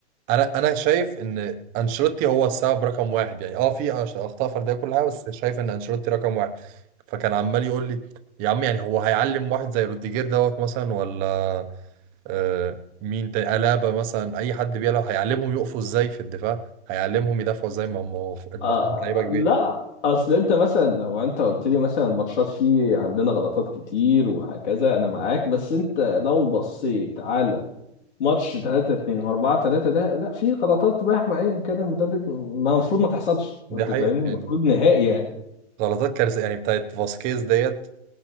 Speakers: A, on the right; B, on the left.
A: انا انا شايف ان انشيلوتي هو السبب رقم واحد يعني اه في أش- اخطاء فرديه كل حاجه بس شايف ان انشيلوتي رقم واحد فكان عمال يقول لي يا عم يعني هو هيعلم واحد زي روديجير دوت مثلا ولا آه، مين تاني ألابا مثلا أي حد بيلعب هيعلمهم يقفوا إزاي في الدفاع هيعلمهم يدافعوا إزاي ما هم المفروض
B: آه
A: لعيبة كبيرة
B: آه، لا اصل انت مثلا لو انت قلت لي مثلا الماتشات فيه عندنا غلطات كتير وهكذا انا معاك بس انت لو بصيت على ماتش 3 2 4 3 ده لا في غلطات مهما ايا كان المدرب ما المفروض ما تحصلش
A: دي
B: انت
A: حقيقة
B: فاهمني المفروض
A: يعني
B: نهائي يعني
A: غلطات كارثة يعني بتاعت فاسكيز ديت